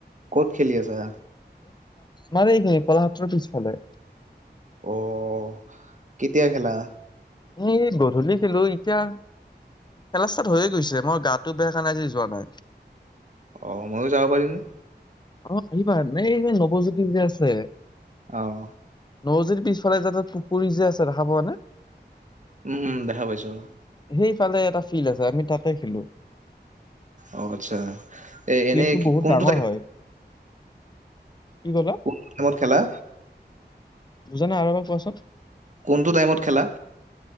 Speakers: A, on the right (about 45°); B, on the left (about 25°).
A: ক'ত খেলি আছা?
B: মানে এই নিৰুপলা হত পিছফালে।
A: অ' কেতিয়া খেলা?
B: এই গধূলি খেলোঁ, এতিয়া খেলা ষ্টাৰ্ট হৈয়ে গৈছে, মই গাটো বেয়া কাৰণে আজি মই যোৱা নাই।
A: অ' মইয়ো যাব পাৰিমণে।
B: অ' আহিবা নাই এই যে নৱজ্যোতি যে আছে।
A: আহ
B: নৱজ্যোতিৰ পিছফালে যে এটা পুখুৰী যে আছে দেখা পোৱা নাই?
A: উম, উম, দেখা পাইছোঁ।
B: সেইফালে এটা ফিল্ড আছে আমি তাতে খেলো।
A: অ', আচ্ছা। এ
B: ফিল্ডটো
A: এনে কি-
B: বহুত
A: কোনটো
B: ডাঙৰ
A: টাইম
B: হয়। কি ক'লা
A: কত তোমালাক খেলা?
B: বুজা নাই আৰু এবাক কোৱাচোন?
A: কোনটো টাইমত খেলা?